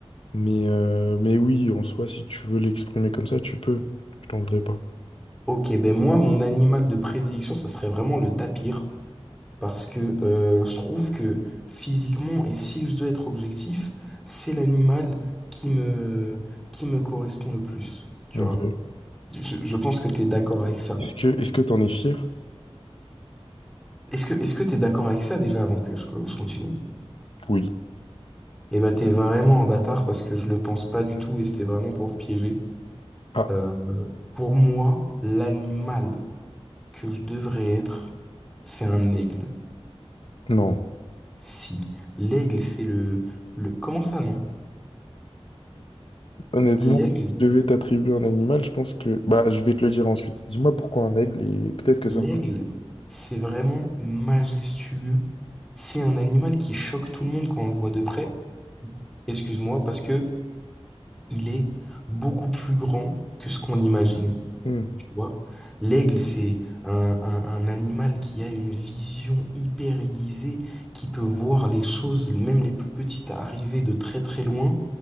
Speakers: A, on the left; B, in the centre.
A: Mais, euh, mais oui, en soi, si tu veux l'exprimer comme ça, tu peux. Je t'en voudrais pas.
B: Ok, ben moi, mon animal de prédilection, ça serait vraiment le tapir, parce que euh, je trouve que physiquement, et si je dois être objectif, c'est l'animal qui me, qui me correspond le plus, tu
A: Ok.
B: vois. Je, je pense que t'es d'accord avec ça.
A: Est-ce que, est-ce que t'en es fier?
B: Est-ce que, est-ce que t'es d'accord avec ça déjà avant que je, co- je continue?
A: Oui.
B: Eh ben, t'es vraiment un bâtard parce que je le pense pas du tout et c'était vraiment pour te piéger.
A: Ah,
B: Euh, pour moi, l'animal que je devrais être, c'est un aigle.
A: non.
B: Si. L'aigle, c'est le, le... Comment ça, non?
A: Honnêtement,
B: L'aigle,
A: si je devais t'attribuer un animal, je pense que... Bah, je vais te le dire ensuite. Dis-moi pourquoi un aigle et peut-être que
B: l'aigle,
A: ça me fera...
B: c'est vraiment majestueux. C'est un animal qui choque tout le monde quand on le voit de près. Excuse-moi, parce que il est beaucoup plus grand que ce qu'on imagine.
A: Hmm,
B: tu vois. L'aigle, c'est un, un- un animal qui a une vision hyper aiguisée, qui peut voir les choses, même les plus petites, arriver de très très loin.